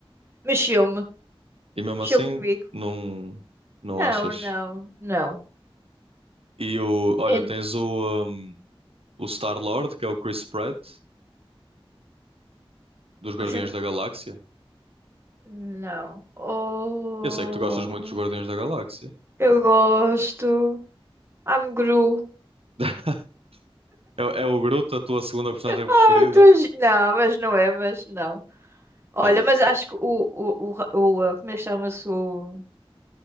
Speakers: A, on the right (about 25°); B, on the right (about 80°).
A: mexeu-me.
B: E mesmo
A: Mexeu
B: assim,
A: comigo?
B: não, não
A: Não,
B: achas?
A: não, não.
B: E o, olha,
A: En-
B: tens o, um, o Star-Lord, que é o Chris Pratt, dos Guardiões
A: <laughs>
B: da Galáxia.
A: Não. Oh,
B: Eu sei que tu gostas muito dos Guardiões da Galáxia.
A: eu gosto. I'm Gru.
B: <laughs> É, o é o Groot, a tua segunda personagem
A: Ah,
B: preferida?
A: tô... gi- Não, mas não é, mas não. Olha,
B: Que ele
A: mas
B: não tem.
A: acho que o, o, o, ra- o, ah, como é que chama-se o...